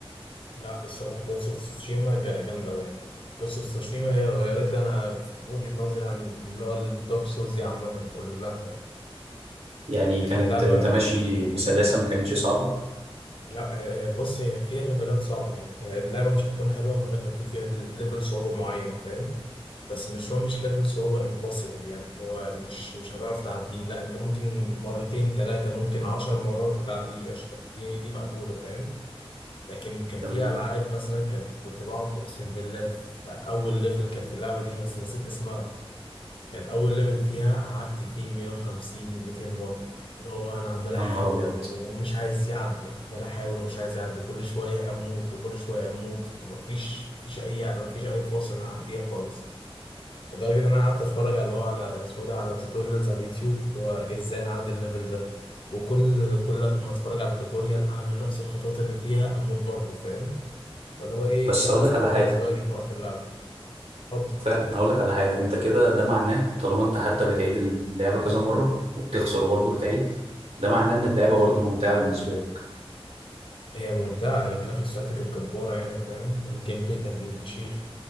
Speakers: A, on the left; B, on the right.
A: لا الصراحة جوست أوف تسوشيما جا- جامدة أوي يعني جوست أوف تسوشيما هي غيرت لي أنا في وجهة نظري عن اللي هو الدارك سولز دي عامة كلها يعني
B: يعني
A: هي
B: كانت
A: كانت لعبة
B: انت ماشي بسلاسه ما كانتش صعبه
A: لا آه، آه، بص هي فيها ليفلات صعب يعني انت اللعبه مش هتكون حلوه من غير ما يكون فيها ليفل صعوبه معين فاهم بس مش هو مش ليفل صعوبه امبوسيبل يعني اللي هو مش مش هتعرف تعديه لا انت ممكن مرتين ثلاثه ممكن عشر مرات وتعديه قشطه دي دي مقبوله فاهم لكن كان في
B: تمام
A: العاب مثلا كان- كنت بقعد اقسم بالله في اول ليفل كانت في اللعبه دي بس نسيت اسمها كان اول ليفل فيها قعدت فيه 150 200 مره اللي هو انا عمال احاول
B: يا نهار ابيض
A: ومش عايز يعدي عمال احاول ومش عايز يعدي كل شويه اموت وكل شويه اموت ومفيش مفيش اي مفيش اي فرصه ان انا اعديها خالص لدرجه ان انا قعدت اتفرج على اللي هو على اسمه ده على توتوريالز على اليوتيوب اللي هو ازاي نعدي الليفل ده وكل كل ما اتفرج على توتوريال اعمل نفس الخطوات اللي فيها اموت برضه فاهم فاللي هو ايه
B: بس
A: يأست
B: اقول لك على
A: خالص
B: حاجه
A: بقى جيت موقف اللعبه اتفضل.
B: فعلا اقول لك على حاجه انت كده ده معناه طالما انت حتى بتعيد اللعبه كذا مره وبتخسر وبرضه بتعيد ده معناه ان اللعبه برضه ممتعه بالنسبه لك
A: هي ممتعة الجرافيكس بتاعتها كانت جبارة يعني فاهم والجيم بلاي كان فشيخ